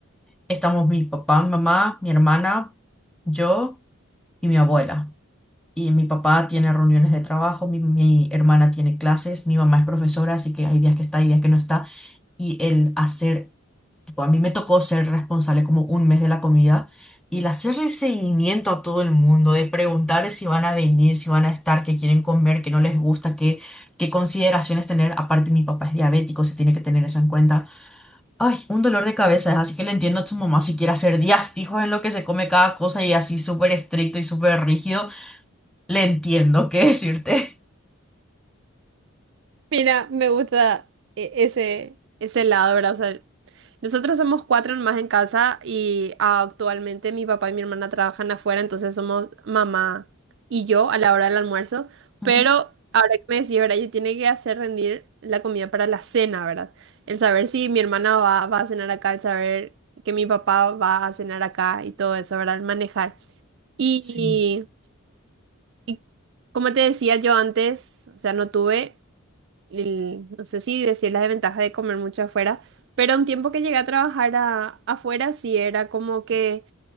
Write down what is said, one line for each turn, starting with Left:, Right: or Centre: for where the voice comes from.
Centre: estamos mi papá, mi mamá, mi hermana, yo y mi abuela. Y mi papá tiene reuniones de trabajo, mi, mi hermana tiene clases, mi mamá es profesora, así que hay días que está, hay días que no está. Y el hacer, tipo, a mí me tocó ser responsable como un mes de la comida y el hacerle seguimiento a todo el mundo, de preguntar si van a venir, si van a estar, qué quieren comer, qué no les gusta, qué, qué consideraciones tener. Aparte, mi papá es diabético, se tiene que tener eso en cuenta. Ay, un dolor de cabeza, así que le entiendo a tu mamá si quiere hacer días fijos en lo que se come cada cosa y así súper estricto y súper rígido. Le entiendo qué decirte.
Right: Mira, me gusta eh, ese, ese lado, ¿verdad? O sea, nosotros somos cuatro más en casa y actualmente mi papá y mi hermana trabajan afuera, entonces somos mamá y yo a la hora del almuerzo.
Centre: Ujú.
Right: Pero ahora que me decís, ¿verdad? Yo tiene que hacer rendir la comida para la cena, ¿verdad? El saber si mi hermana va, va a cenar acá, el saber que mi papá va a cenar acá y todo eso, ¿verdad? El manejar. Y,
Centre: Sí,
Right: y como te decía yo antes, o sea, no tuve, el- no sé si decir la desventaja de comer mucho afuera, pero un tiempo que llegué a trabajar a- afuera sí era como que